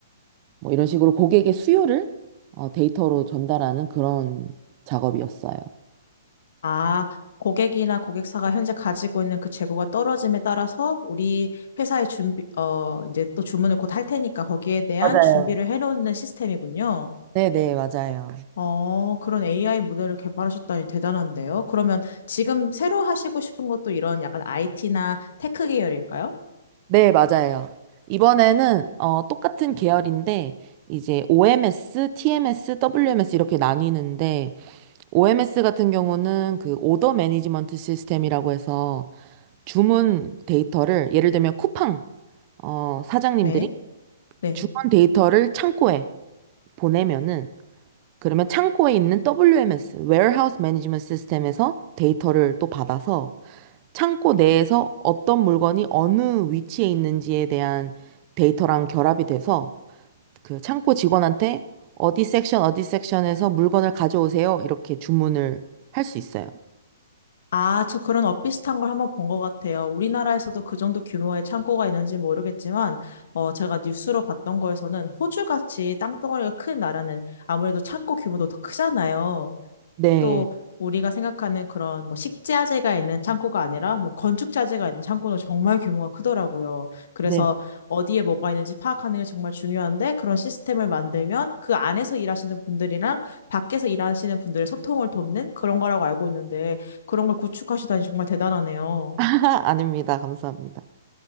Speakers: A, on the right; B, on the left.
A: 뭐 이런 식으로 고객의 수요를 어, 데이터로 전달하는 그런 작업이었어요.
B: 아, 고객이나 고객사가 현재 가지고 있는 그 재고가 떨어짐에 따라서 우리 회사의 준비, 어, 이제 또 주문을 곧 할 테니까 거기에 대한
A: 맞아요.
B: 준비를 해놓는 시스템이군요.
A: 네네, 맞아요.
B: 어, 그런 AI 모델을 개발하셨다니 대단한데요. 그러면 지금 새로 하시고 싶은 것도 이런 약간 IT나 테크 계열일까요?
A: 네, 맞아요. 이번에는 어, 똑같은 계열인데 이제 OMS, TMS, WMS 이렇게 나뉘는데 OMS 같은 경우는 그 오더 매니지먼트 시스템이라고 해서 주문 데이터를 예를 들면 쿠팡 어, 사장님들이
B: 네, 네.
A: 주문 데이터를 창고에 보내면은 그러면 창고에 있는 WMS, Warehouse Management System에서 데이터를 또 받아서 창고 내에서 어떤 물건이 어느 위치에 있는지에 대한 데이터랑 결합이 돼서 그 창고 직원한테 어디 섹션, 어디 섹션에서 물건을 가져오세요. 이렇게 주문을 할 수 있어요.
B: 아, 저 그런 엇비슷한 걸 한번 본 것 같아요. 우리나라에서도 그 정도 규모의 창고가 있는지 모르겠지만, 어, 제가 뉴스로 봤던 거에서는 호주같이 땅덩어리가 큰 나라는 아무래도 창고 규모도 더 크잖아요.
A: 네.
B: 또 우리가 생각하는 그런 뭐 식자재가 있는 창고가 아니라 뭐 건축자재가 있는 창고는 정말 규모가 크더라고요. 그래서
A: 네.
B: 어디에 뭐가 있는지 파악하는 게 정말 중요한데 그런 시스템을 만들면 그 안에서 일하시는 분들이랑 밖에서 일하시는 분들의 소통을 돕는 그런 거라고 알고 있는데 그런 걸 구축하시다니 정말 대단하네요.
A: <laughs> 아닙니다. 감사합니다.